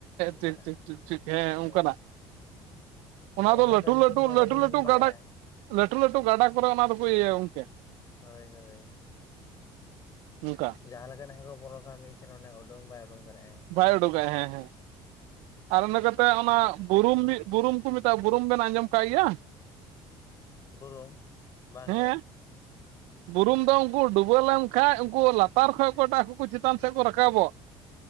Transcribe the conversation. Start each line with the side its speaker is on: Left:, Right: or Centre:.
Left: ᱚᱱᱠᱟᱱᱟᱜ
Right: ᱴᱷᱤᱠ ᱴᱷᱤᱠ ᱴᱷᱤᱠ ᱴᱷᱤᱠ ᱦᱮᱸ ᱚᱱᱠᱟᱱᱟᱜ
Left: ᱦᱳᱭ
Right: ᱚᱱᱟ
Left: ᱟᱫᱚ
Right: ᱫᱚ
Left: ᱚᱱᱟᱴᱟᱜ
Right: ᱞᱟᱹᱴᱩ
Left: ᱧᱩᱛᱩᱢ
Right: ᱞᱟᱹᱴᱩ
Left: ᱫᱚ
Right: ᱞᱟᱹᱴᱩ
Left: ᱵᱟᱹᱞᱤᱧ
Right: ᱞᱟᱹᱴᱩ
Left: ᱵᱟᱲᱟᱭᱟ᱾
Right: ᱜᱟᱰᱟ ᱞᱟᱹᱴᱩ ᱞᱟᱹᱴᱩ ᱜᱟᱰᱟ ᱠᱚᱨᱮ ᱚᱱᱟ ᱫᱚᱠᱚ ᱤᱭᱟᱹᱭᱟ ᱜᱚᱝᱠᱮ ᱾
Left: ᱦᱳᱭ ᱦᱳᱭ
Right: ᱩᱝᱠᱟ᱾
Left: ᱡᱟᱦᱟᱸ ᱞᱮᱠᱟᱱ ᱦᱟᱹᱠᱳ ᱵᱚᱞᱚᱜ ᱠᱷᱟᱱ ᱢᱤᱫᱴᱷᱮᱱ ᱚᱸᱰᱮ ᱳᱸᱰᱳᱝ ᱵᱟᱭ ᱳᱸᱰᱳᱝ ᱫᱟᱲᱮᱜᱼᱟᱭ᱾
Right: ᱵᱟᱭ ᱩᱰᱳᱠᱜᱟᱭ ᱦᱮᱸ ᱦᱮᱸ᱾ ᱟᱨ
Left: ᱦᱮᱸ
Right: ᱤᱱᱟᱹ ᱠᱟᱛᱮᱜ ᱚᱱᱟ ᱵᱩᱨᱩᱢ ᱵᱩᱨᱩᱢ ᱠᱚ ᱢᱮᱛᱟᱜᱼᱟ᱾ ᱵᱩᱨᱩᱢ ᱵᱮᱱ ᱟᱸᱡᱚᱢ ᱠᱟᱜ ᱜᱮᱭᱟ?
Left: ᱵᱩᱨᱩᱢ ᱵᱟᱝᱜᱮ᱾
Right: ᱦᱮᱸ ᱵᱩᱨᱩᱢ ᱫᱚ ᱩᱱᱠᱩ ᱰᱩᱵᱟᱹᱣ ᱞᱮᱱᱠᱷᱟᱡ ᱩᱱᱠᱩ ᱞᱟᱛᱟᱨ ᱠᱷᱚᱡ ᱯᱟᱴᱟ ᱠᱚ ᱪᱤᱛᱟᱱ ᱥᱮᱫ ᱠᱚ ᱨᱟᱠᱟᱵᱚᱜ